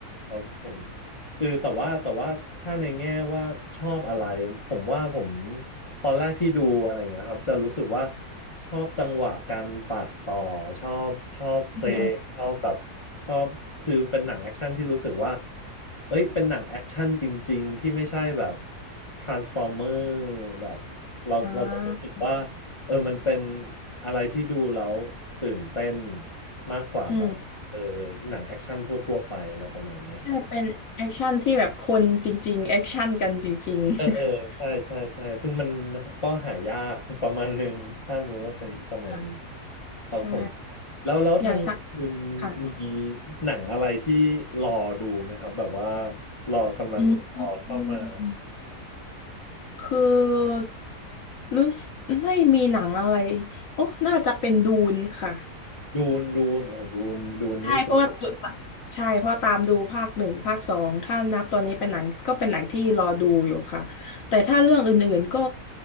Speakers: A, on the left; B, on the left.
A: ครับผมคือแต่ว่าแต่ว่าถ้าในแง่ว่าชอบอะไรผมว่าผมตอนแรกที่ดูอะไรอย่างเงี้ยครับจะรู้สึกว่าชอบจังหวะการตัดต่อชอบชอบเพลงชอบแบบ
B: อืมอ
A: ชอบคือเป็นหนังแอคชั่นที่รู้สึกว่าเอ้ยเป็นหนังแอคชั่นจริงๆที่ไม่ใช่แบบ Transformer แบบเราเราจะรู้สึกว่า
B: ่า
A: เออมันเป็นอะไรที่ดูแล้วตื่นเต้นมากกว่าแบบ
B: อืม
A: เออหนังแอคชั่นทั่วๆไปอะไรประมาณเนี้ยครับ
B: ใช่เป็นแอคชั่นที่แบบคนจริงๆแอคชั่นกันจริงๆ
A: เออเออใช่ใช่ใช่ซึ่งมันก็หายาก <laughs> ประมาณหนึ่งถ้าสมมติว่าเป็นสมัยนี้
B: ค่ะ
A: ครับผม
B: ใช่
A: แล้วแล้วทางคุณ
B: อย่างท้าค่ะ
A: มีหนังอะไรที่รอดูไหมครับแบบว่ารอกำลังรอเข้ามา
B: อืมอืมอืมคือรู้สึกไม่มีหนังอะไรที่โอ้น่าจะเป็นดูนค่ะ
A: ดูนดูนโอ้ดูนดูนนี้สุด
B: ใช่เพราะว่าใช่เพราะตามดูภาคหนึ่งภาคสองถ้านับตอนนี้เป็นหนังก็เป็นหนังที่รอดูอยู่ค่ะแต่ถ้าเรื่องอื่นๆก็